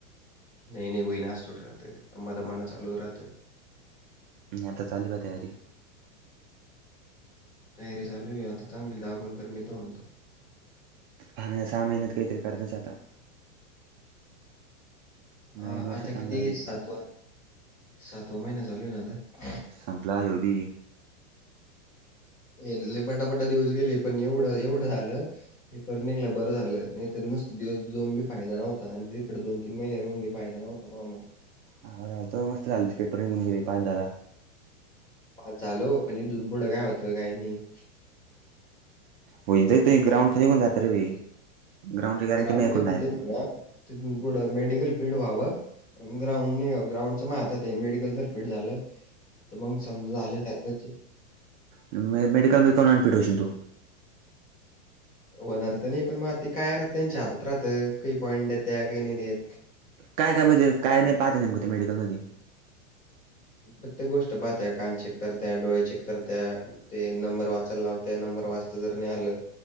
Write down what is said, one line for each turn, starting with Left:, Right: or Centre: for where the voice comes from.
Left: नही नही हूईन असं थोडी राहत, दमा दमानं चालु राहत.
Right: नाही आता चालली बा तयारी.
Left: तयारी चालू आहे आता चांगली दाबून कर मी त म्हणतो.
Right: हा ना यां सहा महिन्यात काहीतरी करणच हे आता. नवीन
Left: हा
Right: वर्ष
Left: आता
Right: चांगलं
Left: किती
Right: राहील
Left: सातवा, सातवा महिना चालू आहे ना आता.
Right: संपला ह्यो बी.
Left: हे लय पटापटा दिवस गेले, पण एवढं-एवढं आलं. पेपर निघला बरं झालं, नाही तर नुसतं दिवस जऊन बी, फायदा नव्हता आणि तिकडं दोन तीन महिने राहून बी फायदा नव्हता, मा म्हं.
Right: हा तवा मस्त झाल ते पेपर निघून गेले, पास झाला.
Left: पास झालो, पण इथुन फुडं काय होतं, काय नही.
Right: होईन जाई तू, ग्राउंड तर निघून जातय, रे भाई. ग्राउंडची गॅरंटी
Left: ग्राउंड
Right: मी ऐकून
Left: निघून
Right: डायरेक्ट
Left: जाईल म्हणा, तिथून पुढं मेडिकल फील्ड व्हावं. अन ग्राउंड निघाव, ग्राउंडच माया हातात ये, मेडिकल तर फिट झालं तर मंग समजा झाल्या सारखंचे.
Right: म- मेडिकल मध्ये, कामन अनफिट होशील तू?
Left: व्हणार त नही, पण मग आते काय राहत त्यांच्या हातात राहतं, काही पॉईंट देत्या, काही नाही देत.
Right: काय काय, म्हणजे काय नही पाहत नेमकं, ते मेडिकलमधी,?
Left: प्रत्येक गोष्ट पाहत्या, कान चेक करत्या, डोळे चेक करत्या. ते नंबर वाचाय लावत्या, नंबर वाचता जर नही आलं,